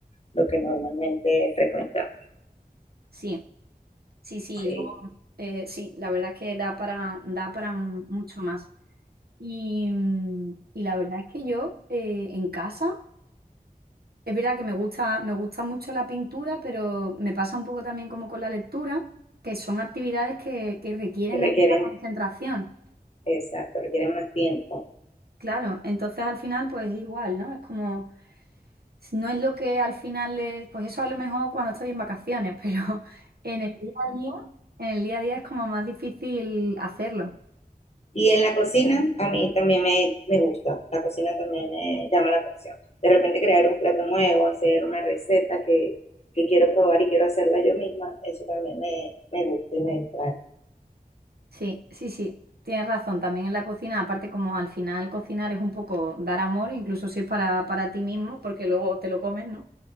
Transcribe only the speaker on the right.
Sí, sí, sí,
y luego, eh, sí, la verdad es que da para, da para mu- mucho más. Y, mm, y la verdad es que yo eh, en casa. Es verdad que me gusta, me gusta mucho la pintura, pero me pasa un poco también como con la lectura, que son actividades que, que requieren
de mucha concentración.
Claro, entonces al final pues es igual, ¿no? Es como, no es lo que al final es, pues eso a lo mejor cuando estoy en vacaciones, pero <laughs> en el día a día, en el día a día es como más difícil hacerlo.
Sí, sí, sí, tienes razón, también en la cocina, aparte como al final cocinar es un poco dar amor, incluso si es para, para ti mismo, porque luego te lo comes, ¿no?